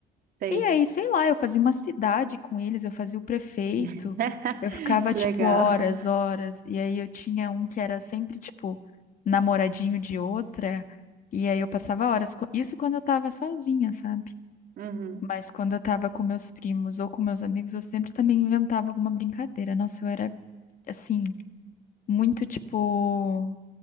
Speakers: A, on the right; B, on the left.
A: Sei.
B: E aí, sei lá, eu fazia uma cidade com eles, eu fazia o prefeito,
A: <laughs>
B: eu ficava,
A: Que
B: tipo,
A: legal.
B: horas, horas, e aí eu tinha um que era sempre, tipo, namoradinho de outra, e aí eu passava horas, co- isso quando eu tava sozinha, sabe?
A: Uhum.
B: Mas quando eu tava com meus primos ou com meus amigos, eu sempre também inventava alguma brincadeira. Nossa, eu era, assim, muito, tipo,